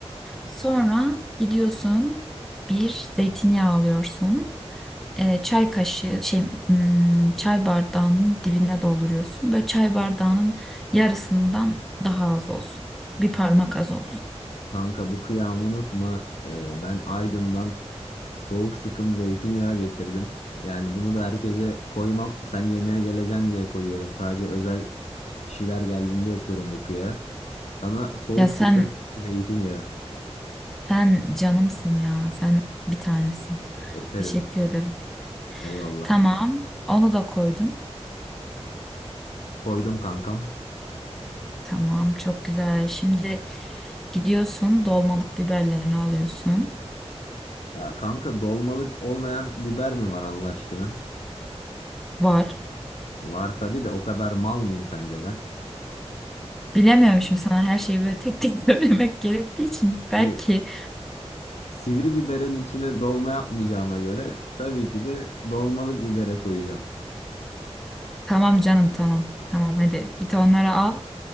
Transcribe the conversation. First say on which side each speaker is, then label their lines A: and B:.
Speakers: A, in the centre; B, on the left.
A: Sonra gidiyorsun. Bir zeytinyağı alıyorsun. e, çay kaşığı şey hmm, çay bardağının dibine dolduruyorsun. Böyle çay bardağının yarısından daha az olsun. Bir parmak az olsun.
B: Kanka bu kıyamı unutma. Ee, ben Aydın'dan soğuk sıkım zeytinyağı getirdim. Yani bunu da herkese koymam. Sen yemeğe geleceksin diye koyuyorum. Sadece özel kişiler geldiğinde yapıyorum bu kıyağı. Sana soğuk
A: Ya sen
B: sıkım zeytinyağı.
A: sen canımsın ya. Sen bir tanesin.
B: Öperim.
A: Teşekkür ederim.
B: Eyvallah.
A: Tamam. Onu da koydun.
B: Koydum kankam.
A: Tamam, çok güzel. Şimdi gidiyorsun, dolmalık biberlerini alıyorsun.
B: Ya kanka dolmalık olmayan biber mi var Allah aşkına?
A: Var.
B: Var tabii de o kadar mal mıyım sence ben?
A: Bilemiyorum şimdi sana her şeyi böyle tek tek <laughs> söylemek gerektiği için
B: Hani
A: belki
B: Sivri biberin içine dolma yapmayacağıma göre tabii ki de dolmalık bibere koyacağım.
A: Tamam canım tamam. Tamam hadi git onları al.